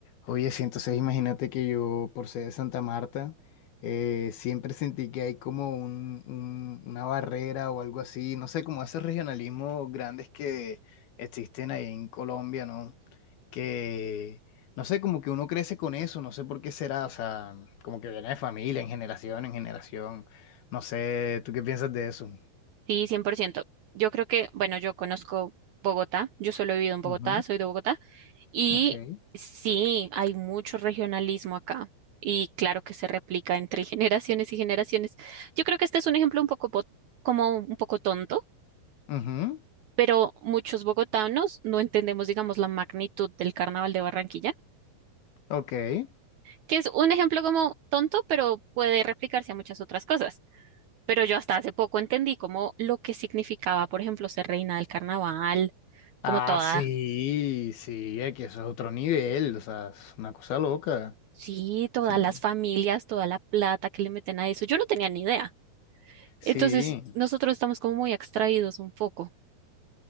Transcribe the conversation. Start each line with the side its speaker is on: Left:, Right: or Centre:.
Left: Oye, sí, entonces imagínate que yo, por ser de Santa Marta, eh, siempre sentí que hay como un- un- una barrera o algo así, no sé, como esos regionalismos grandes que existen ahí en Colombia, ¿no? Que, no sé, como que uno crece con eso, no sé por qué será, o sea, como que viene de familia, en generación, en generación, no sé, ¿tú qué piensas de eso?
Right: Sí, 100%. Yo creo que, bueno, yo conozco Bogotá, yo solo he vivido en Bogotá,
Left: Ujú,
Right: soy de Bogotá, y
Left: Ok.
Right: sí, hay mucho regionalismo acá, y claro que se replica entre <laughs> generaciones y generaciones. Yo creo que este es un ejemplo un poco, po- como un poco tonto,
Left: Ujú,
Right: pero muchos bogotanos no entendemos, digamos, la magnitud del Carnaval de Barranquilla,
Left: ok.
Right: que es un ejemplo como tonto, pero puede replicarse a muchas otras cosas. Pero yo hasta hace poco entendí como lo que significaba, por ejemplo, ser reina del carnaval,
Left: Ah,
Right: como toda,
Left: sí, sí, es que eso es otro nivel, o sea, es una cosa loca.
Right: sí, todas
Left: Sí.
Right: las familias, toda la plata que le meten a eso. Yo no tenía ni idea.
Left: Sí,
Right: Entonces, nosotros estamos como muy extraídos un poco.